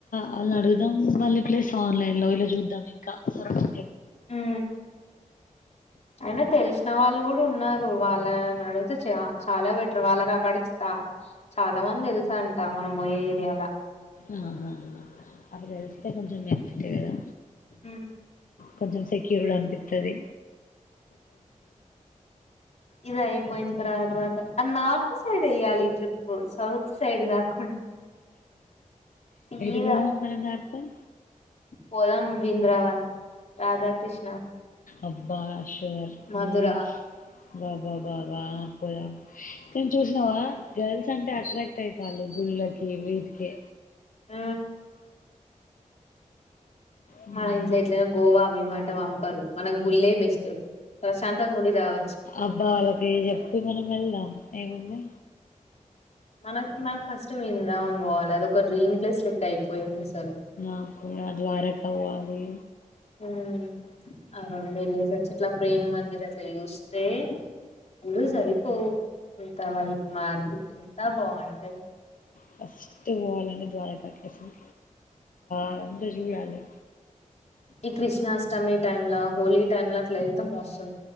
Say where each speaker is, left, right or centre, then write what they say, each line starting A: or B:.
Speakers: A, on the left; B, on the left.
A: వాళ్ళని అడుగుదాం మళ్ళ ప్లేస్ ఆన్లైన్ లో ఇలా చూద్దాం ఇంకా సరంగ్
B: ఉ అయినా తెలిసిన వాళ్ళు కూ డు ఉన్నారు వాళ్ళని అడిగితే చ చాలా బెటర్ వాళ్ళకి అక్కడ చాలా మంది తెలు అంటా మనం పోయే ఏరియాల
A: ఆ అట్ట తెలిస్తే కొంచెం బెనిఫిటె కదా
B: ఉమ్
A: కొంచెం సెక్యూర్ గా అనిపిస్తది
B: ఇది అయిపోయి తరువాత వాత ఆ నార్త్ సైడ్ ఎయ్యాలి ట్రిప్ సౌత్ సైడ్ కాకున్ సీగా
A: ఎటు పోదాం మనం నార్త
B: పోదం వింద్రావన్ రాధాకృష్ణ
A: అబ్బా అషర్
B: మధుర
A: నాయిన్స్ బ బా బాబా పోదాం కానీ చూసినావా గర్ల్స్ అంటే అట్రాక్ట్ అయిత గుళ్ళకి ఈ వీట్కి
B: ఆ
A: హ్మ్.
B: మన ఇంట్లో ఎట్లయినా గోవావి ఇవ్వంటే పంపరు మనకు గుళ్లే బెస్ట్ ప్రశాంతంగా ఉండి రావ
A: అబ్బా వాళ్ళకి చెప్పి మనం వెళ్దాం ఏముంది
B: మనకి నాకు ఫస్ట్ వినరాం అని పోవాలి అద ఒక డ్రీమ్ ప్లేస్ లెక్క అయిపోయింది అసలు
A: ఆ నా ద్వారక పోవాలి
B: ఉ ఆ రెండు వెళ్ళేసిచ్చిట్లా ప్రేమ్ మందిర్ అట్లా చూస్తే అల్లు సరిపోవు ఇంత వైట్ మార్బుల్ బాగుంటది
A: ఫస్ట్ పోవాలండి ద్వారకాకి అసలు అదంతా చూడాలి.
B: ఈ కృష్ణాష్టమీ టైమ్లా హోలీ టైమ్ లా అట్లా వెళ్తే మస్త్ ఉన్